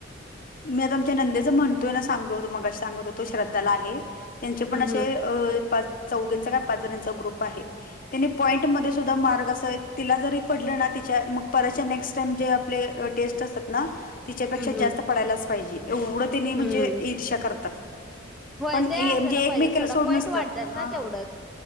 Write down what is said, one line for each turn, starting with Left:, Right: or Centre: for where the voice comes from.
Left: मी आता आमच्या नंदेचं म्हणतोय, ना सांगत होतो मगाशी सांगत होतो, श्रद्धाला आहे. त्यांचे पण
Centre: हम्म
Left: असे,
Centre: हम्म
Left: अ पाच चौघिंचा काय पाच जणीचा ग्रुप आहे. तिनी पॉईंटमध्ये सुद्धा मार्ग अस तिला जरी पडलं ना, तिच्या मग परतच्या नेक्स्ट टाइम जे आपले टेस्ट असतात ना. तिच्यापेक्षा
Centre: हम्म हम्म
Left: जास्त पडायलाच पाहिजे, एवढं तेनी म्हणजे
Centre: हम्म
Left: ईर्षा करतात.
Centre: होय
Left: पण
Centre: ते
Left: ए
Centre: असायला
Left: म्हणजे एकमेकीला
Centre: पाहिजे सोडा
Left: सोडून
Centre: पॉईंट
Left: नसतात
Centre: वाढतात
Left: हा
Centre: ना तेवढंच